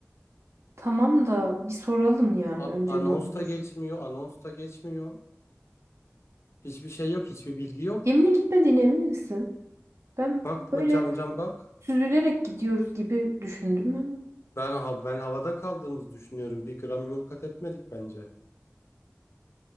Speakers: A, on the right; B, on the left.
A: Tamam da bir soralım yani
B: A
A: önce
B: anons
A: ne olmuş.
B: da geçmiyor, anons da geçmiyor. Hiçbir şey yok, hiçbir bilgi yok.
A: Geminin gitmediğine emin misin? Ben
B: Bak
A: böyle
B: bu cam cam bak.
A: süzülerek gidiyoruz gibi düşündüm ama.
B: Ben, ha- ben havada kaldığımızı düşünüyorum. Bir gram yol kat etmedik bence.